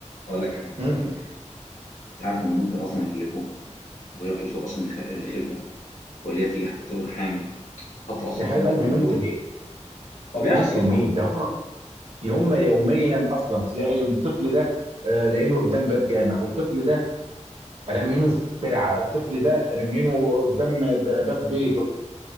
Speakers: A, on the left; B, on the right.
A: أقول لك حاجة
B: مم.
A: أقول لك حاجة أنت عارف إنه ممكن أصلا يخلفوه وهي بتوصل أصلا لخ- لخلفة ولا هي بتيجي بتبقى حامل حتى أصلا
B: يا حبيب
A: في موقف
B: قلبي ممكن
A: اللي هو إيه
B: ايه
A: هو بيحصل
B: ممكن مين ده هم هم يوميا اصلا تلاقي الطفل ده آه، لاقينه قدام باب جامع والطفل ده رامينه في ترعه الطفل ده رامينه قدام ب- باب بيته